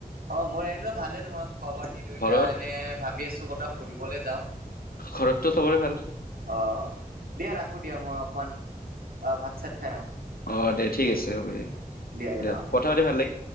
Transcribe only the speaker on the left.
ঘৰত
ঘৰততো চবৰে ভাল?
অ দে ঠিক আছে হ'ব দে
দিয়ক
কথা পাতি ভাল লাগিল।